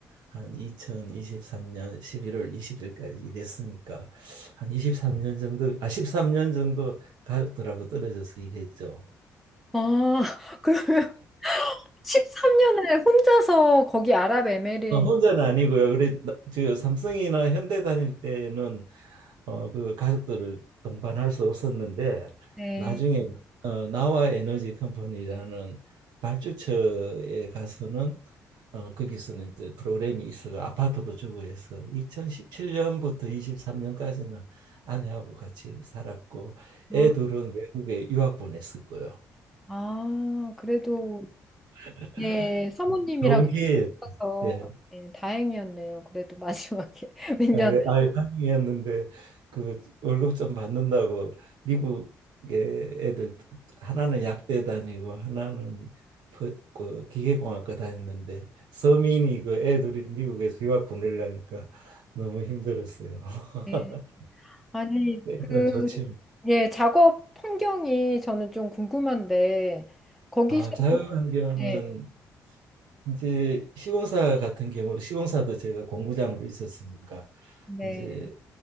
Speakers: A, on the right; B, in the centre.
A: 한 2023년 11월 20일까지 일했으니까 한 23년 정도 아 13년 정도 가족들하고 떨어져서 일했죠.
B: 아, <laughs> 그러면 13년을 혼자서 거기 아랍에미리
A: 어, 혼자는 아니고요. 그래 나- 저 삼성이나 현대 다닐 때는 어, 그 가족들을 동반할 수 없었는데
B: 네.
A: 나중에 어, 나와 에너지 컴퍼니라는 발주처에 가서는 어, 거기서는 이제 프로그램이 있어서 아파트도 주고 해서 2017년부터 23년까지는 아내하고 같이 살았고
B: 아,
A: 애 둘은 외국에 유학 보냈었고요.
B: 아, 그래도,
A: <laughs>
B: 예, 사모님이랑
A: 좋은
B: 같이
A: 기회.
B: 있어서
A: 예.
B: 예, 다행이었네요. 그래도 마지막에 <laughs> 몇
A: 아예
B: 년.
A: 아예 다행이었는데 그 월급 좀 받는다고 미국에 애들 하나는 약대 다니고 하나는 그, 그 기계공학과 다녔는데 서민이 그 애들이 미국에서 유학 보내려니까 너무 힘들었어요. <laughs>
B: 예. 아니,
A: 일단
B: 그,
A: 좋지
B: 예, 작업 환경이 저는 좀 궁금한데, 거기서도,
A: 아 자유환경은
B: 예, 네.
A: 이제 시공사 같은 경우 시공사도 제가 공구장으로 있었으니까
B: 네.
A: 이제